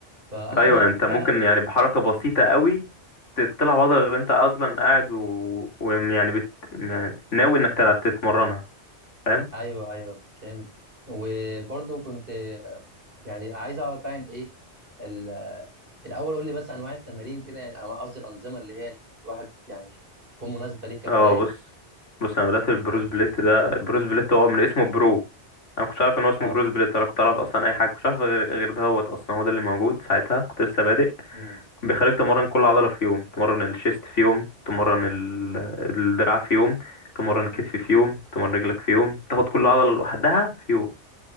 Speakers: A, on the right (about 50°); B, on the left (about 80°).
A: فانا
B: ايوه
A: عايز اعرف
B: انت
A: بقى
B: ممكن يعني بحركه بسيطه
A: مم.
B: قوي تطلع بعض غير انت اصلا قاعد و... ويعني بت... يعني ناوي انك تلعب تتمرنها فاهم
A: ايوه ايوه فهمت وبرضو كنت آه، يعني عايز اعرف بقى يعني ايه ال- الاول قول لي بس انواع التمارين كده يعني أو قصدي الانظمه اللي هي الواحد يعني تكون مناسبه ليه كبدايه
B: اه بص بص انا بدات البروس
A: تمام
B: بليت ده بروس بليت هو من اسمه برو انا كنتش عارف ان هو اسمه
A: اه
B: بروس بليت انا كنت اعرف اصلا اي حاجه كنتش عارف غير غير ده هوت اصلا هو ده اللي موجود ساعتها كنت لسه بادئ
A: مم.
B: بيخليك تمرن كل عضله في يوم تمرن الشيست في يوم تمرن ال... الدراع في يوم تمرن كتف
A: مم.
B: في يوم تمرن رجلك في يوم تاخد كل عضله لوحدها في